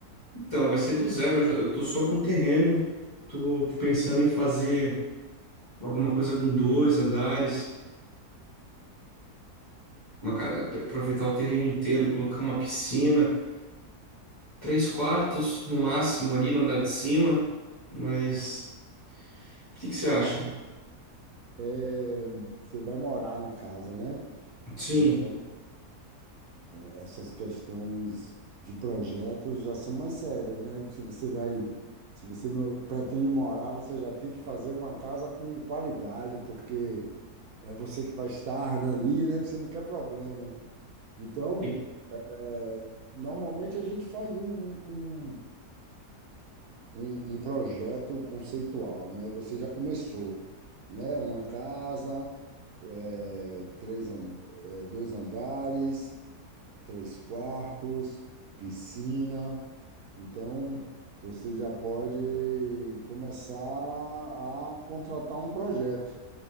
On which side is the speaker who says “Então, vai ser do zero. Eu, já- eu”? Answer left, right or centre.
Left